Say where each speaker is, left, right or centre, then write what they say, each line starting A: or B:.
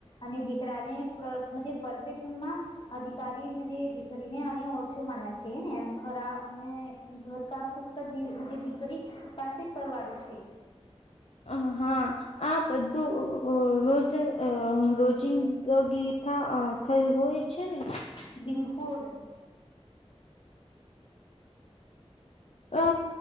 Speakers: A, on the left; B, on the left.
A: અને દીકરાને પરફેક્ટમાં દીિકારી દીકરીને અને ઓછો માને છે ને ખરા અને ઘર કામ દીકરી પાસે કરવાળું છે
B: અ હા આ પધું રોજ રોજિંદગી થા થયું હોય છે ને
A: બિલકુલ
B: અ